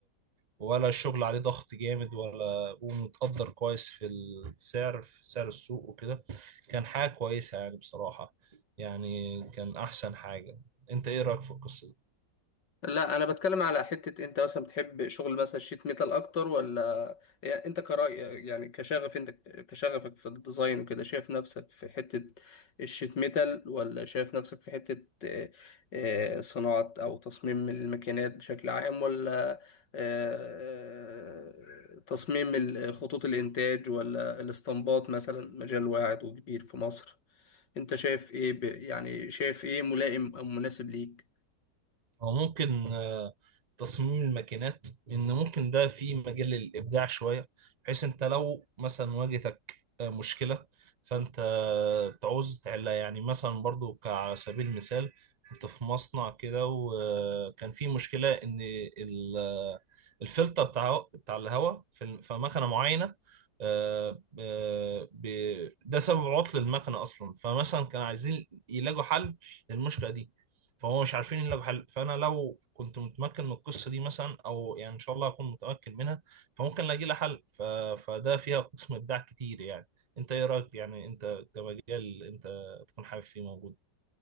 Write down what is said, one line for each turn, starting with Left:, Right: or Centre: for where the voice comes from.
Right: ولا الشغل عليه ضغط جامد ولا ومتقدر كويس في السعر في سعر السوق وكده كان حاجة كويسة يعني بصراحة يعني كان أحسن حاجة أنت إيه رأيك في القصة دي؟
Left: لا انا بتكلم على حتة انت مثلا بتحب شغل مثلا شيت ميتال اكتر ولا يعني انت كرأي يعني كشغف انت كشغفك في الديزاين وكده شايف نفسك في حتة الشيت ميتال ولا شايف نفسك في حتة آه، آه، صناعة او تصميم الماكينات بشكل عام ولا آه، آه، تصميم ال- خطوط الانتاج ولا الاسطمبات مثلا مجال واعد وكبير في مصر انت شايف ايه ب- يعني شايف ايه ملائم او مناسب ليك
Right: أو ممكن آه، تصميم الماكينات لأن ممكن ده فيه مجال للإبداع شوية بحيث أنت لو مثلا واجهتك آه، مشكلة فأنت آه، تعوز تحلها يعني مثلا برضو كعلى سبيل المثال كنت في مصنع كده وكان فيه مشكلة إن ال- آه، الفلتر بتاع بتاع الهواء في الم- في مكنة معينة آه، آه، ب- ده سبب عطل المكنة أصلا فمثلا كانوا عايزين يلاقوا حل للمشكلة دي فهو مش عارفين الا بحل فانا لو كنت متمكن من القصه دي مثلا او يعني ان شاء الله اكون متمكن منها فممكن الاقي لها حل ف... فده فيها قسم ابداع كتير يعني انت ايه رايك يعني انت كمجال انت تكون حابب فيه موجود